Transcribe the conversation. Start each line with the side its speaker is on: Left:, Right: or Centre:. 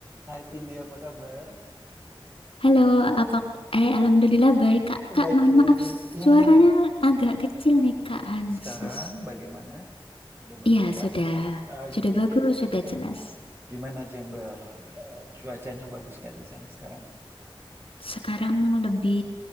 Right: Hai Vindi, apa kabar?
Left: Halo, apa eh alhamdulillah baik Kak. Kak,
Right: Baik
Left: mohon
Right: ya,
Left: maaf
Right: Vin. Iya,
Left: suaranya
Right: iya, iya.
Left: agak kecil nih Kak Hanses.
Right: Sekarang bagaimana? Udah baguskah?
Left: Iya, sudah. Sudah
Right: Oke.
Left: bagus, sudah jelas.
Right: Gimana Jember? Eh, cuacanya bagus nggak di sana sekarang?
Left: Sekarang lebih